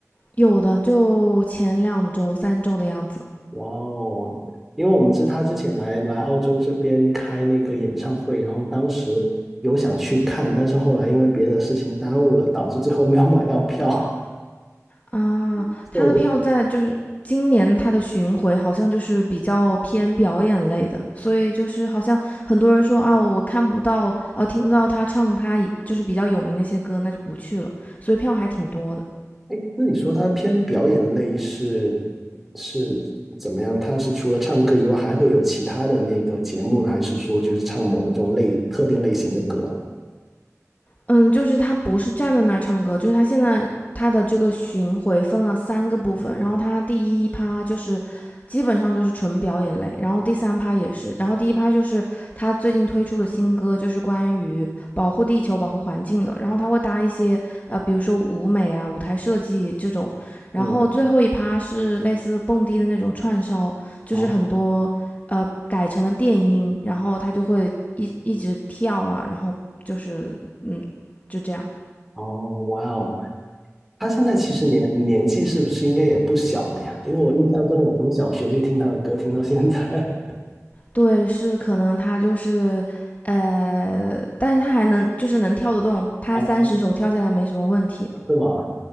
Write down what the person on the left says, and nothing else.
有的就前两周、三周的样子。
啊，
他的票在就是今年他的巡回好像就是比较偏表演类的，
所以就是好像很多人说啊，我看不到，呃，听不到他唱他以就是比较有名那些歌，那就不去了，所以票还挺多的。
嗯，就是他不是站在那儿唱歌，就是他现在他的这个巡回分了三个部分，然后他第一趴就是基本上就是纯表演类，然后第三趴也是，然后第一趴就是他最近推出的新歌，就是关于保护地球、保护环境的，然后他会搭一些呃，比如说舞美啊、舞台设计这种，
然后最后一趴是类似蹦迪的那种串烧，就是很多呃改成了电音，
然后他就会一一直跳啊，然后。就是嗯，就这样。
对，是可能他就是，呃，但是他还能就是能跳得动，他三十首跳下来没什么问题。